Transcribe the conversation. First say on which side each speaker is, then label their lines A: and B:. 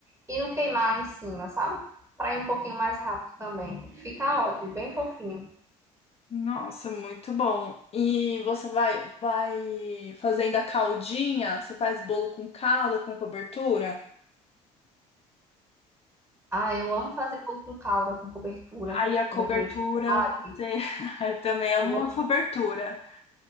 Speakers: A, on the right (about 15°); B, on the left (about 35°).
A: e não queimar em cima, sabe? Para ir um pouquinho mais rápido também. Fica ótimo, bem fofinho.
B: Nossa, muito bom. E você vai, vai fazendo a caldinha? Você faz bolo com calda, com cobertura?
A: Ah, eu amo fazer bolo com calda, com cobertura,
B: Aí a
A: cobertura
B: cobertura,
A: de chocolate.
B: você. <laughs> Eu também amo
A: Eu gosto-
B: uma cobertura.